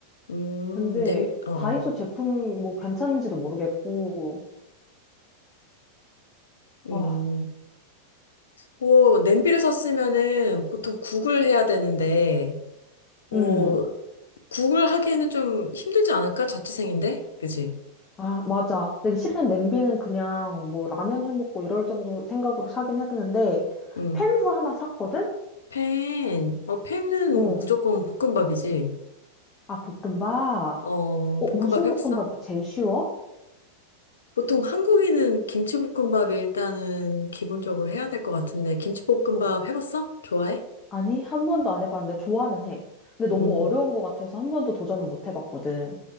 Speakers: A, on the left (about 70°); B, on the left (about 20°).
A: 음,
B: 근데
A: 냄비, 어, 어.
B: 다이소 제품 뭐 괜찮은지도 모르겠고,
A: 음,
B: 아,
A: 뭐, 냄비를 샀으면은 보통 국을 해야 되는데, 뭐,
B: 음.
A: 국을 하기에는 좀 힘들지 않을까? 자취생인데? 그지?
B: 아, 맞아. 근데 실은 냄비는 그냥 뭐 라면 해 먹고 이럴 정도 생각으로 사긴 했는데,
A: 음,
B: 팬도 하나 샀거든?
A: 팬, 어, 팬은
B: 어.
A: 무조건 볶음밥이지.
B: 아, 볶음밥.
A: 어,
B: 어,
A: 볶음밥
B: 무슨
A: 해봤어?
B: 볶음밥이 제일 쉬워?
A: 보통 한국인은 김치볶음밥이 일단은 기본적으로 해야 될 것 같은데, 김치볶음밥 해봤어? 좋아해?
B: 아니, 한 번도 안 해봤는데 좋아는 해. 근데 너무
A: 음,
B: 어려운 것 같아서 한 번도 도전은 못 해봤거든.